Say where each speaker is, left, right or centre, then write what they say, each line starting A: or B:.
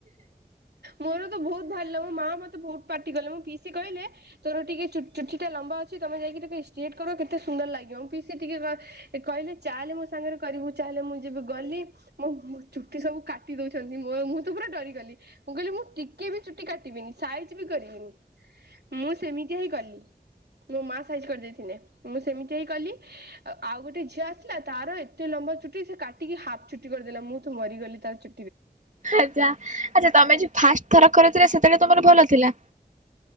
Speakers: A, on the right; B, on the right.
A: ମୋର ତ ବହୁତ ବାହାରିଲା ମୋ ମା ମୋ ତେ ବହୁତ ପାଟି କଲେ। ମୋ ପିଇସିି କହିଲେ ତୋର ଟିକେ ଚୁ ଚୁଟିଟା ଲମ୍ବା ଅଛି। ତୋମେ ଯାଇକିରି ଷ୍ଟେଟ୍ କର କେତେ ସୁ ସୁନ୍ଦର ଲାଗିବ ମୋ ପିଇସି ଟିକେ କ ସେ କହିଲେ ଚାଲେ ମୋ ସାଙ୍ଗରେ କରିବୁ। ଚାଲେ ମୁଁ ଯେବେ ଗଲି ମୋ ମୋ ଚୁଟି ସବୁ କାଟି ଦଉଛନ୍ତି ମୋ ଅ ମୁଁ ତ ପୁରା ଡରିଗଲି । ମୁଁ କହିଲି ମୁଁ ଟିକେ ବି ଚୁଟି କାଟିବିନି। ସାଇଜ ବି କରିବିନି। ମୁଁ ସେମିତିଆ ହିଁ କଲି। ମୋ ମା ସାାଇଜ କରିଦେଇଥିନେ। ମୁଁ ସେମିତିଆ ଇ କଲି। ଅ ଆଉ ଗୋଟେ ଝିଅ ଆସିଲା ତାର ଏତେ ଲମ୍ବା ଚୁଟି ସେ କାଟିକି ହାପ୍ ଚୁଟି କରିଦେଲା। ମୁଁ ତ ମରିଗଲି ତା ଚୁ
B: ଆଚ୍ଛା, ଆଚ୍ଛା ତୋମେ ଯୋଉ ଫାଷ୍ଟ ଥର କରି ଥିଲ ସେତେବେଳେ ତୋମର ଭଲ ଥିଲା?